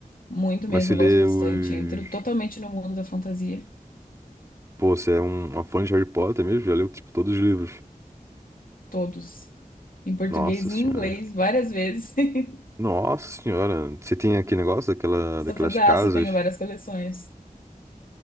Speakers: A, on the left; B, on the right.
A: Muito
B: Mas
A: mesmo,
B: você lê
A: gosto bastante.
B: os.
A: Entro totalmente no mundo da fantasia,
B: Pô, você é um, uma fã de Harry Potter mesmo? Já leu, tipo, todos os livros.
A: todos. Em português
B: Nossa
A: e
B: senhora.
A: em inglês, várias vezes. <laughs>
B: Nossa senhora. Você tem aquele negócio daquela,
A: Só
B: daquelas
A: fazer,
B: casas.
A: ah, você tem várias coleções.